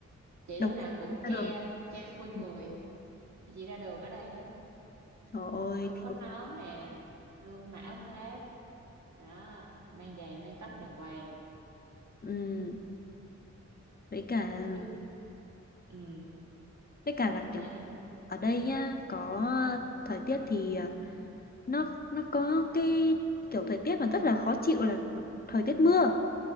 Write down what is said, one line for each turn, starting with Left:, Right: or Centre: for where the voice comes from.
Right: chị
Left: Độc
Right: lúc nào cũng
Left: ra
Right: che
Left: đường.
Right: che full
Left: Ừ,
Right: người khi chị ra đường ở đây hết
Left: Trời ơi.
Right: luôn
Left: thì-
Right: có nón nè luôn mặc áo khoác đó mang giày mang tất đàng hoàng
Left: ừm, với cả
Right: trước ừ
Left: với cả là
Right: em
Left: kiểu
Right: nói đi
Left: ở đây nhá, có thời tiết thì à, nó nó có cái kiểu thời tiết mà rất là khó chịu là thời tiết mưa.